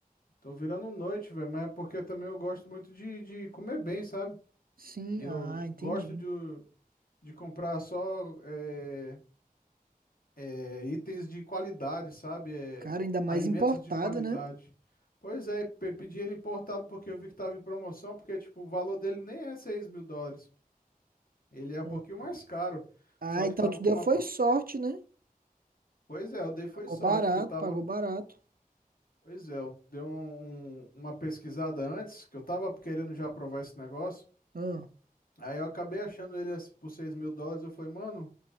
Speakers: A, on the left; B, on the right.
A: Tô virando noite, velho, mas é porque também eu gosto muito de, de comer bem, sabe?
B: Sim,
A: Eu
B: ah, entendi.
A: gosto de, de comprar só é, é, itens de qualidade, sabe? É,
B: Cara, ainda mais
A: alimentos
B: importada,
A: de qualidade.
B: né?
A: Pois é, pe- pedi ele importado porque eu vi que tava em promoção, porque tipo, o valor dele nem é seis mil dólares. Ele é um
B: Ah,
A: pouquinho mais caro,
B: Ah,
A: só
B: então
A: que tava
B: tu
A: com
B: deu
A: uma...
B: foi
A: pro-
B: sorte, né?
A: Pois é, eu dei foi
B: Pagou
A: sorte,
B: barato,
A: porque eu tava...
B: pagou barato.
A: Pois é, eu dei um- um- uma pesquisada antes, que eu tava querendo já provar esse negócio.
B: Ah,
A: Aí eu acabei achando ele assim, por seis mil dólares. Eu falei, mano,